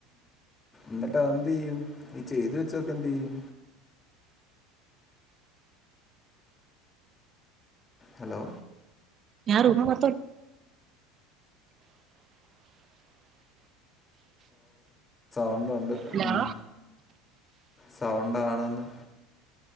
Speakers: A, on the left; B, on the right.
A: ന്നട്ട് അതെന്തെയ്യും? ഈ ചെയ്തു വെച്ചതൊക്കെന്ത് ചെയ്യും? ഹലോ
B: ഞാൻ റൂമ് മൊത്തം
A: ഒണ്ട് ഉണ്ട്
B: ഹലോ
A: മ് സൗണ്ടാണെന്ന്